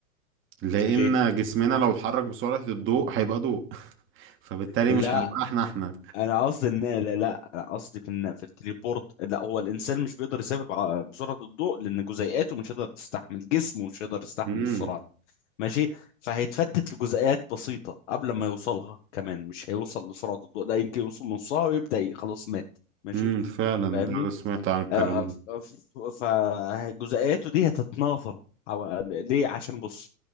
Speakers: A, on the right (about 30°); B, on the left (about 55°).
A: لان
B: ليه
A: جسمنا لو اتحرك بسرعه الضوء هيبقى ضوء <laughs> فبالتالي
B: لا
A: مش هنبقى احنا احنا
B: انا قصدي ان لا لا، انا قصدي في ان في التليبورت لا هو الانسان مش بيقدر يسافر بع- بسرعه الضوء لان جزيئاته مش هيقدر تستحمل جسمه مش هيقدر يستحمل
A: امم
B: السرعه دي ماشي فهيتفتت لجزيئات بسيطه قبل ما يوصلها كمان مش هيوصل لسرعه الضوء لا يمكن يوصل نصها ويبدا ي- خلاص مات ماشي
A: امم فعلا
B: فاهمني؟
A: ده, ده سمعت عن الكلام
B: آه،
A: ده
B: ف- ف- فجزئياته دي هتتناثر حو- ليه عشان بص